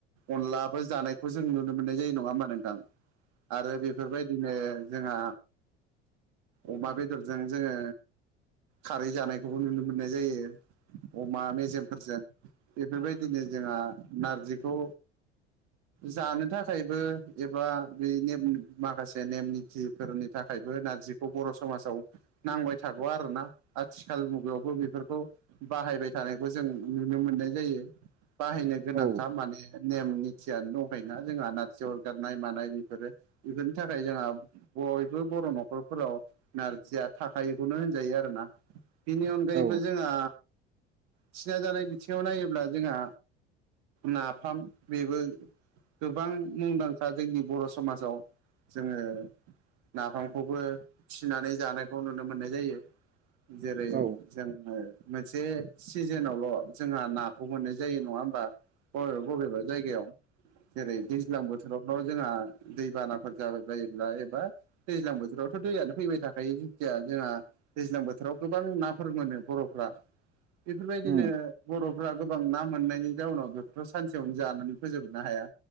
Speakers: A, on the right; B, on the right.
A: अनलाबो जानायखौ जों नुनो मोननाय जायो नङा होमबा नोंथां आरो बेफोरबायदिनो जोंहा अमा बेदरजों जोङो खारै जानायखौबो नुनो मोननाय जायो अमा मेजेमफोरजों बेफोरबायदिनो जोंहा नारजिखौ
B: <inaudible>
A: जानो थाखायबो एबा बे ने माखासे नेम निथिफोरनि थाखायबो नारजि बर' समाजाव नांबाय थागौ आरोना आथिखाल मुगायावबो बेफोरखौ बाहायबाय थानायखौ जों नुनो मोननाय जायो बाहायनो गोनांखा
B: औ
A: माने नेमनि थियानो दंखायोना जोंहा नारजि अरगारनाय मानाय बेफोरो बेफोरनि थाखाय जोंहा बयबो बर' न'खरफोराव नारजिया थाखायोखौनो होनजायो आरो ना बिनि अनगायैबो
B: औ
A: जोंहा थिना जानाय बिथिङाव नायोब्ला जोंहा नाफाम बेबो गोबां मुंदांखा जोंनि बर' समाजाव जोङो नाफामखौबो थिनानै जानायखौ नुनो मोननाय जायो जेरै
B: औ
A: जोङो मोनसे सिजोनावल' जोंहा नाखौ मोननाय जायो नङा होमबा बबे बबेबा जायगायाव जेरै दैज्लां बोथोर जावल' जोंहा दैबानाफोर जाबाय बायोब्ला एबा दैज्लां बोथोरावथ' दैयानो फैबाय थाखायो जेथिया जोंहा दैज्लां बोथोराव गोबां नाफोर मोनो बर'फ्रा बेफोरबायदिनो
B: उम
A: बर' ग्रा गोबां ना मोननायनि जाउनाव बेखौथ' सानसेयावनो जानानै फोजोबनो हाया